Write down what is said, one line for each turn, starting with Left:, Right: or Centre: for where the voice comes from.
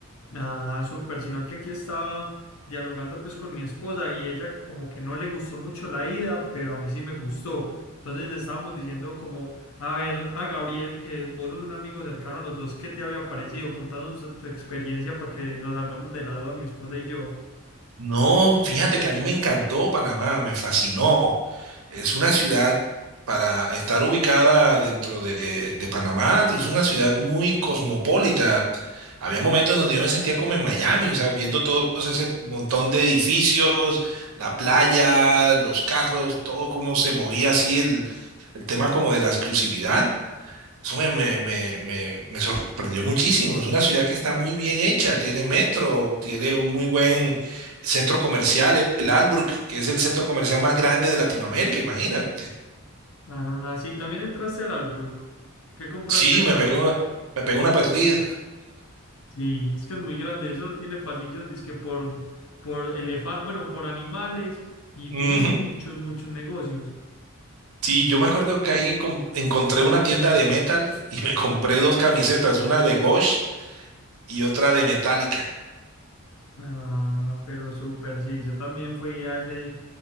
Left: Ah, súper, sino que aquí estaba dialogando pues con mi esposa y ella como que no le gustó mucho la ida, pero a mí sí me gustó. Entonces estábamos diciendo como, a ver, a Gabriel, que vos sos un amigo cercano a los dos, ¿qué te había parecido? Contanos tu experiencia para que nos salgamos de la duda mi esposa y yo.
Right: No, fíjate que a mí me encantó Panamá, me fascinó. Es una ciudad para estar ubicada dentro de, de Panamá, es una ciudad muy cosmopolita. Había momentos en donde yo me sentía como en Miami, o sea, viendo todo ese montón de edificios, la playa, los carros, todo cómo se movía así el, el tema como de la exclusividad. Eso me, me, me, me- me sorprendió muchísimo. Es una ciudad que está muy bien hecha, tiene metro, tiene un muy buen centro comercial, el el Albrook, que es el centro comercial más grande de Latinoamérica, imagínate.
Left: Ah, sí, también entraste al Albrook. ¿Qué compraste
Right: Sí,
Left: allá?
Right: me pegó una, me pegó una perdida.
Left: Sí, es que es muy grande. Eso tiene pasillos, dizque por, por elefa- bueno, por animales y
Right: Ujú.
Left: tiene muchos, muchos negocios.
Right: Sí, yo me acuerdo que ahí com- encontré una tienda de metal y <laughs> me compré dos camisetas, una de Ghost y otra de Metallica.
Left: Ah, pero súper, sí. Yo también fui a ese,